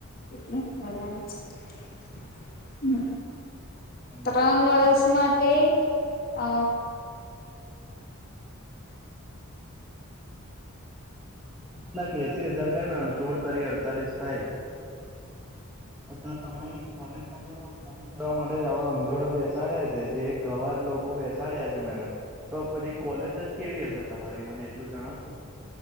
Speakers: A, on the left; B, in the centre.
A: <unintelligible> હમ
B: હલો.
A: ત્રન વરસ માટે અ
B: <unintelligible> લાખ એસી હજાર થાય મેડમ સોળ તરી અડતાલીસ થાય અથ તમારી કોલેજ માં જો ફોન કરવા માટે જ આવા હંગડો બેસાડ્યા છે જે ગંવાર લોકો બેસાડ્યા છે મેડમ તો પછી કોલેજ જ કેવી હશે તમારી મને એટલું જણાવશો